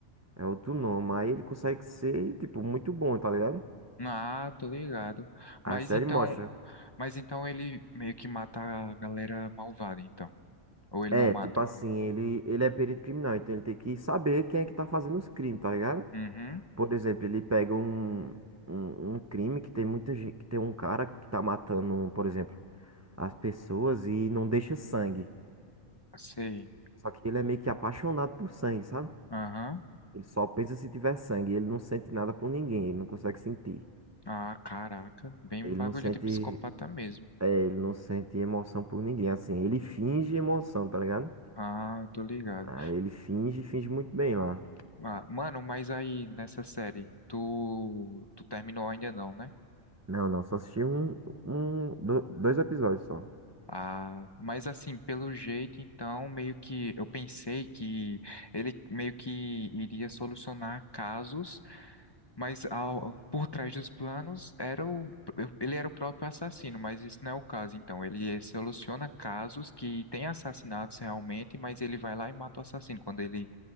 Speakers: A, on the right; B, on the left.
A: É outro nome. Aí ele consegue ser, tipo, muito bom, tá ligado?
B: Ah, tô ligado.
A: A
B: Mas
A: série
B: então,
A: mostra.
B: mas então ele meio que mata a galera malvada, então. Ou ele
A: É,
B: não mata?
A: tipo assim, ele, ele é perito criminal, então ele tem que saber quem é que tá fazendo os crimes, tá ligado?
B: Uhum.
A: Por exemplo, ele pega um, um, um crime que tem muita gente, que tem um cara que tá matando, por exemplo, as pessoas e não deixa sangue.
B: Sei.
A: Só que ele é meio que apaixonado por sangue, sabe?
B: Aham.
A: Ele só pensa se tiver sangue, ele não sente nada por ninguém, ele não consegue sentir.
B: Ah, caraca. Bem
A: Ele
B: um bagulho
A: não sente,
B: de psicopata mesmo.
A: é, ele não sente emoção por ninguém, assim, ele finge emoção, tá ligado?
B: Ah, tô ligado.
A: Ah, ele finge, finge muito bem lá.
B: Ah, mano, mas aí nessa série, tu, tu terminou ainda não, né?
A: Não, não, só assisti um, um, do- dois episódios só.
B: Ah, mas assim, pelo jeito, então, meio que eu pensei que ele meio que iria solucionar casos Mas ao- por trás dos planos era o, ele era o próprio assassino, mas isso não é o caso. Então, ele eh, soluciona casos que tem assassinatos realmente, mas ele vai lá e mata o assassino quando ele